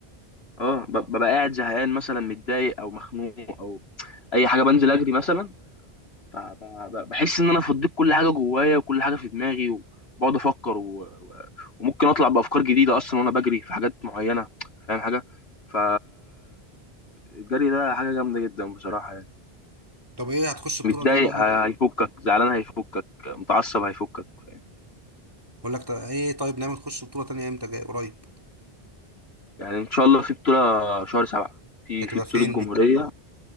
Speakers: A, on the left; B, on the right.
A: اه ب- ببقى قاعد زهقان مثلا متضايق او مخنوق او اي حاجه بنزل اجري مثلا فبحس ان انا فضيت كل حاجه جوايا وكل حاجه في دماغي وبقعد افكر و... و... وممكن اطلع بافكار جديده اصلا وانا بجري في حاجات معينه فاهم حاجه ف الجري ده حاجه جامده جدا بصراحه يعني
B: طب ايه هتخش بطوله
A: متضايق
B: تانية امتى
A: ه- هيفكك زعلان هيفكك متعصب هيفكك فاهم
B: اقول لك طب ايه طيب نعمل تخش بطوله تانية امتى جاي قريب
A: يعني ان شاء الله في بطوله شهر سبعة في
B: ده تبقى
A: في بطوله
B: فين
A: جمهوريه
B: دي